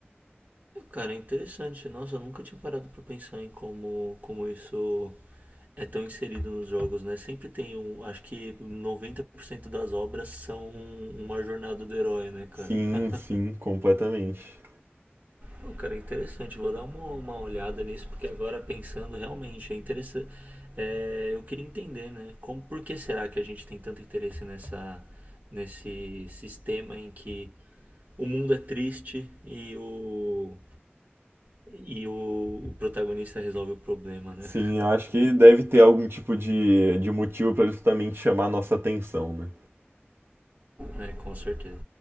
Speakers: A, on the right (about 40°); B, on the right (about 65°).
A: Cara, é interessante. Nossa, eu nunca tinha parado pra pensar em como, como isso é tão inserido nos jogos, né? Sempre tem um. Acho que 90% das obras são uma jornada do herói, né, cara?
B: Sim,
A: <laughs>
B: sim, completamente.
A: Pô, cara, é interessante. Vou dar uma, uma olhada nisso, porque agora pensando realmente, é interessante. eu queria entender, né? Como, por que será que a gente tem tanto interesse nessa, nesse sistema em que o mundo é triste e o E o, o protagonista resolve o problema, né?
B: Sim, eu acho que deve ter algum tipo de, de motivo para justamente chamar a nossa atenção, né?
A: É, com certeza.